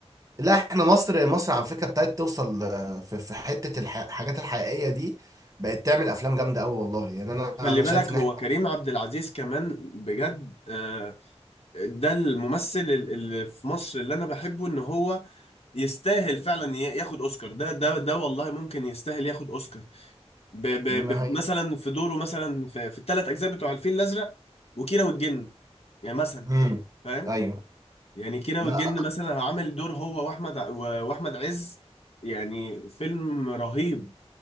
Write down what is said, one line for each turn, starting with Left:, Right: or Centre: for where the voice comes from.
Right: لا احنا مصر مصر على فكره ابتدت توصل آه، في في حته الح... الحاجات الحقيقيه دي بقت تعمل افلام جامده قوي والله يعني انا
Left: وخلي
Right: انا
Left: بالك
Right: شايف ان
Left: هو
Right: احنا
Left: كريم عبد العزيز كمان بجد آه، ده الممثل ال- اللي في مصر اللي انا بحبه ان هو يستاهل فعلا ي- ياخد اوسكار ده ده ده والله ممكن يستاهل ياخد اوسكار ب... ب...
Right: نهاية.
Left: ب... مثلا في دوره مثلا في, في الثلاث اجزاء بتوع الفيل الازرق وكيرة والجن يعني مثلا
Right: امم
Left: فاهم
Right: ايوه
Left: يعني كيرة
Right: لا
Left: والجن مثلا عامل دور هو واحمد ع- و- واحمد عز يعني فيلم رهيب